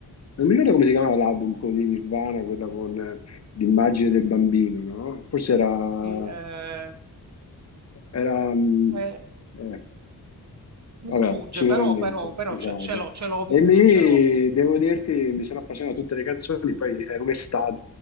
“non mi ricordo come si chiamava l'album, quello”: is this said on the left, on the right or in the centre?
Left